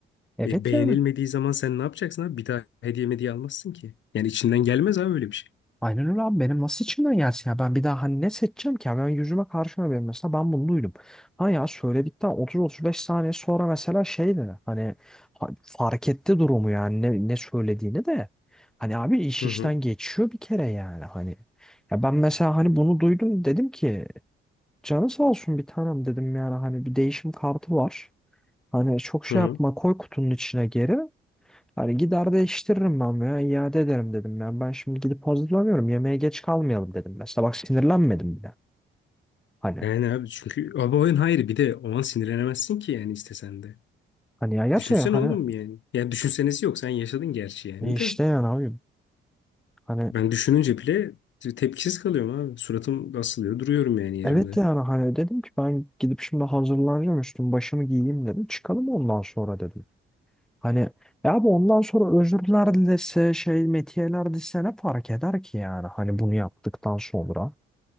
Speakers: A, in the centre; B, on the left.
A: evet
B: E, beğenilmediği
A: yani
B: zaman sen ne yapacaksın abi? Bir daha hediye hediye almazsın ki. Yani içinden gelmez abi öyle bir şey.
A: Aynen öyle abi benim nasıl içimden gelsin ya ben bir daha hani ne seçeceğim ki ya ben yüzüme karşıma benim mesela ben bunu duydum. Ha ya söyledikten otuz otuz beş saniye sonra mesela şeydi hani ha- fark etti durumu yani ne, ne söylediğini de hani abi iş
B: Hı
A: işten
B: hı.
A: geçiyor bir kere yani hani ya ben mesela hani bunu duydum dedim ki canı sağ olsun bir tanem dedim yani hani bir değişim kartı var. Hani çok şey
B: Hı hı.
A: yapma koy kutunun içine geri. Hani gider değiştiririm ben veya iade ederim dedim ya. Ben şimdi gidip hazırlanıyorum. Yemeğe geç kalmayalım dedim. Mesela bak sinirlenmedim bile. Hani
B: Yani abi çünkü abi oyun hayır bir de o an sinirlenemezsin ki yani istesen de.
A: hani ya gerçekten
B: Düşünsene
A: hani
B: oğlum yani. Yani düşünsenesi yok sen yaşadın gerçi yani
A: e işte
B: de.
A: yani abi hani
B: Ben düşününce bile tepkisiz kalıyorum abi. Suratım asılıyor duruyorum yani yerimde.
A: evet yani hani dedim ki ben gidip şimdi hazırlanacağım üstüm başımı giyeyim dedim. Çıkalım ondan sonra dedim. Hani ya bu ondan sonra özürler dilese şey metiyeler dilese ne fark eder ki yani hani bunu yaptıktan sonra.